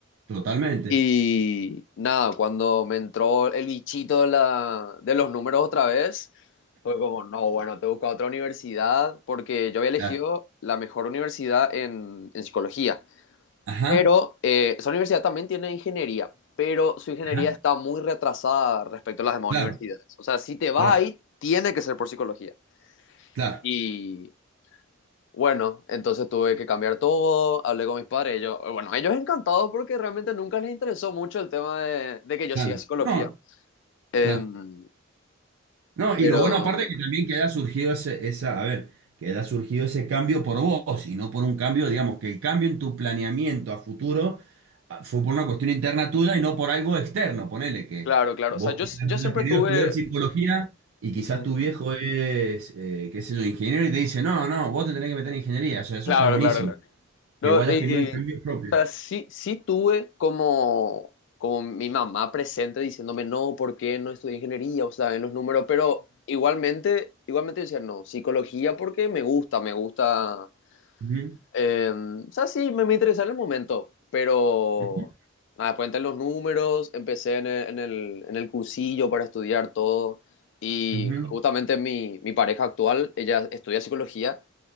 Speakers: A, on the right; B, on the left.
A: Totalmente.
B: Y nada, cuando me entró el bichito de, la, de los números otra vez, fue como, no, bueno, te busco otra universidad, porque yo había elegido
A: Claro.
B: la mejor universidad en, en psicología.
A: Ajá.
B: Pero eh, esa universidad también tiene ingeniería, pero su ingeniería
A: Ajá.
B: está muy retrasada respecto a las demás
A: Claro,
B: universidades. O sea, si te vas
A: claro,
B: ahí, tiene que ser por psicología.
A: claro,
B: Y bueno, entonces tuve que cambiar todo, hablé con mis padres, ellos, bueno, ellos encantados porque realmente nunca les interesó mucho el tema de, de que yo
A: claro.
B: siga psicología.
A: No,
B: Em,
A: claro. No,
B: pero,
A: y lo bueno aparte es que también que haya surgido ese, esa, a ver, que haya surgido ese cambio por vos y no por un cambio, digamos, que el cambio en tu planeamiento a futuro fue por una cuestión interna tuya y no por algo externo. Ponele que
B: claro, claro,
A: vos
B: o sea, yo,
A: quizás
B: yo
A: hayas
B: siempre
A: querido
B: tuve,
A: estudiar psicología y quizás
B: ujú,
A: tu viejo es, eh, qué sé yo, ingeniero y te dice, no, no, vos te tenés que meter en ingeniería. O sea, eso
B: claro,
A: está buenísimo.
B: claro, claro. No,
A: Que vos hayas
B: y,
A: tenido el
B: o
A: cambio propio.
B: sea, sí, sí tuve como, como mi mamá presente diciéndome, no, ¿por qué no estudié ingeniería? O sea, en los números, pero igualmente, igualmente yo decía, no, psicología porque me gusta, me gusta
A: Ujú,
B: Eh, o sea, sí, me, me interesaba en el momento, pero
A: ujú,
B: nada, después entré en los números, empecé en el, en el, en el cursillo para estudiar todo y
A: ujú.
B: justamente mi, mi pareja actual, ella estudia psicología